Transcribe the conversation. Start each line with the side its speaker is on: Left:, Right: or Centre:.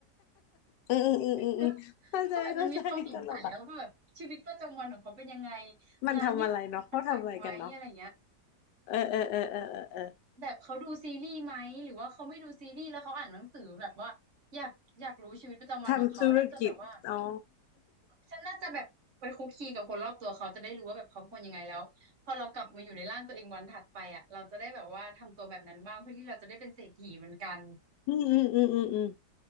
Left: อืมอืมอืมอืมอเข้าใจเข้าใจตลกอ่ะ
Right: ก็คือแบบมันมีความสงสัยอะว่าแบบชีวิตประจำวันของเขาเป็นยังไง
Left: มันทำอะไรเนาะเขาทำอะไรกันเนาะ
Right: งานที่เขาทำมันหนักไหมอะไรเงี้ย
Left: เออเออเออเออเออเออ
Right: แบบเขาดูซีรีส์ไหมหรือว่าเขาไม่ดูซีรีส์แล้วเขาอ่านหนังสือแบบว่าอยากอยากรู้ชีวิตประจำวันของเขาน่าจะแบบว่า
Left: ทำธุรกิจอ๋อ
Right: ฉันน่าจะแบบไปคุกคีกับคนรอบตัวเขาจะได้รู้ว่าแบบเขาเป็นคนยังไงแล้วพอเรากลับมาอยู่ในร่างตัวเองวันถัดไปอ่ะเราจะได้แบบว่าทำตัวแบบนั้นบ้างเพื่อที่เราจะได้เป็นเศรษฐีเหมือนกัน
Left: อืมอืมอืมอืมอืม